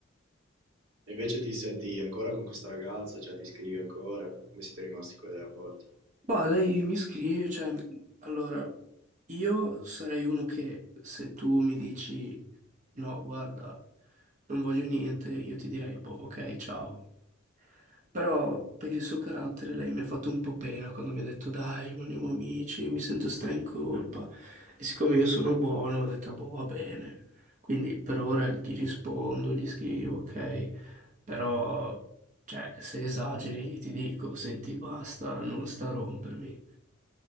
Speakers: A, on the right; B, on the right.
A: E invece ti senti ancora con questa ragazza, cioè ti scrivi ancora, come siete rimasti con i rapporti?
B: Ma lei mi scrive, cioè, allora, io sarei uno che se tu mi dici no, guarda, non voglio niente, io ti direi, boh, ok, ciao. Però per il suo carattere lei mi ha fatto un po' pena quando mi ha detto dai, rimaniamo amici, mi sento stra in colpa. E siccome io sono buono, ho detto boh, va bene. Quindi per ora gli rispondo, gli scrivo, ok. Però, cioè, se esageri ti dico, senti, basta, non sta a rompermi.